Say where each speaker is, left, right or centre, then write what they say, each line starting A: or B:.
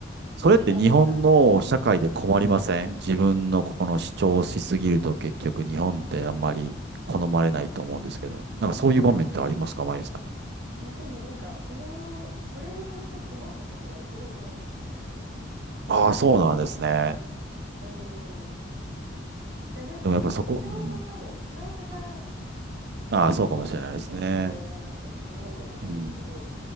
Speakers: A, on the right; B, on the right.
A: それって日本の社会で困りません自分のこの主張しすぎると結局日本ってあんまり好まれないと思うんですけど。
B: だからなんか、うん
A: なんかそういう場面ってありますか、マユさん。
B: え、でもなんか、その、これによって困ったことは一度もないかもしれないです。
A: ああ、そうなんですね。
B: うーん。で、なんかその主張も多分伝え方が
A: でもやっぱそこ、うん。ああ、そうかもしれないですね。
B: 結構重要だなって、日本では特に思う
A: うん。